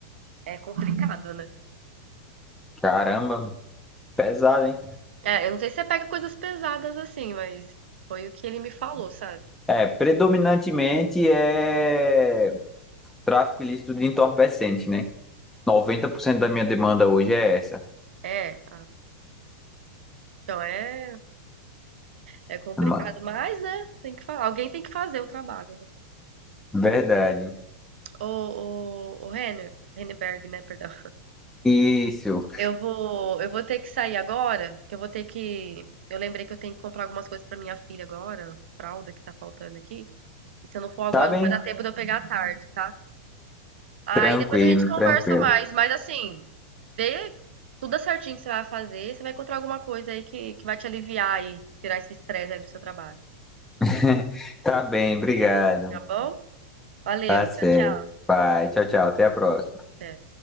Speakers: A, on the right; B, in the centre.
A: É complicado, né?
B: caramba, pesado, hein?
A: É, eu não sei se você pega coisas pesadas assim, mas foi o que ele me falou, sabe?
B: É, predominantemente é tráfico ilícito de entorpecente, né? 90% da minha demanda hoje é essa.
A: É, ah, então é, é complicado,
B: Ma-
A: mas, né, tem que falar, alguém tem que fazer o trabalho, né?
B: Verdade.
A: O ô, ô, Renner, Renneberg, né, perdão.
B: Isso.
A: Eu vou, eu vou ter que sair agora, que eu vou ter que, eu lembrei que eu tenho que comprar algumas coisas pra minha filha agora, fralda que tá faltando aqui, e se eu não for agora
B: Tá bem?
A: não vai dar tempo de eu pegar à tarde, tá? Aí
B: Tranquilo,
A: depois a gente conversa
B: tranquilo.
A: mais, mas assim, Vê, estuda certinho o que você vai fazer, você vai encontrar alguma coisa aí que, que vai te aliviar aí, tirar esse estresse aí do seu trabalho,
B: <laughs> Tá bem, obrigado.
A: tá bom? Valeu,
B: Tá certo.
A: tchau, tchau.
B: Vai, tchau, tchau. Até a próxima.
A: Até.